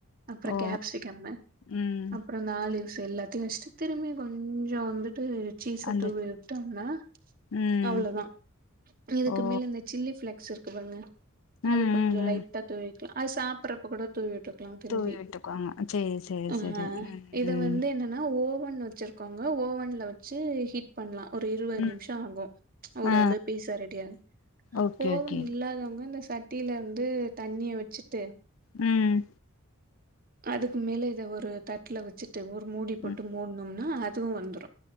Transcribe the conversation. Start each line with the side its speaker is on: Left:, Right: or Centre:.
Right: அப்புறோ
Left: ஓ
Right: கேப்சிகம்மு
Left: ம்
Right: அப்புறோ நாலு எல்லாத்தையு வெச்சுட்டு திரும்பி கொஞ்சோ வந்துட் டு சீஸ்ய
Left: அந்த
Right: தூவி விட்டோம்னா
Left: ம்
Right: அவ்வளோதா இதுக்கு
Left: ஓ
Right: மேல இந்த ஃப்ளெக்ஸ் இருக்கு பாருங்க அது
Left: ம்
Right: கொஞ்சோ
Left: ம்
Right: லைட்டா
Left: ம்
Right: தூவி அது சாப்புறப்ப கூட தூவி விட்டுக் க்குளா திரும்பி
Left: தூவி விட்டுக்குவாங்க சேரி சேரி
Right: அ
Left: சேரி
Right: இத
Left: ம்
Right: வந்து என்னன்னா ஓவன் ஓவன் வெச்சுருக்கோங்க ஓவன்ல வெச்சு ஹீட் பண்லா ஒரு இருவது
Left: ம்
Right: நிம்ஷோ ஆகு ஒரு
Left: ஆ
Right: இது பீஸா ரெடி ஆகு
Left: ஓகே
Right: கோவோ
Left: ஓகே
Right: இல்லாதவங் இந்த சட்டில வந்து தண்ணிய வெச்சுட்டு
Left: ம்
Right: அதுக்கு மேல இத ஒரு தட்ல வெச்சுட் டு ஒரு மூடிப்போட்டு
Left: ம்
Right: மூன்னும் னா அதுவு வந்துரு